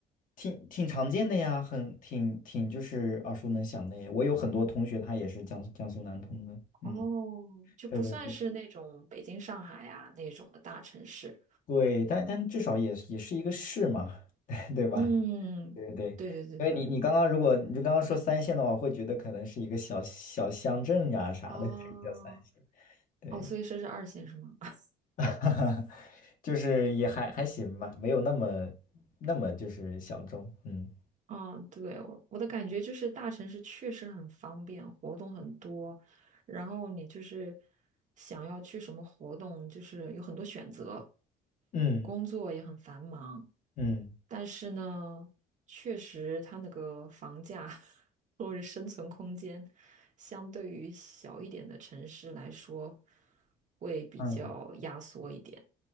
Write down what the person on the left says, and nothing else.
挺挺常见的呀，很挺挺就是耳熟能详的耶。我有很多同学他也是江江苏南通的，
嗯，
对对对。
对，但但至少也也是一个市嘛，<laughs> 对吧？
对对对，
因为你你刚刚如果你就刚刚说三线的话，我会觉得可能是一个小小乡镇呀啥的，
这个叫三线。对，
<laughs> 就是也还还行吧，没有那么那么就是小众。嗯
嗯
嗯
嗯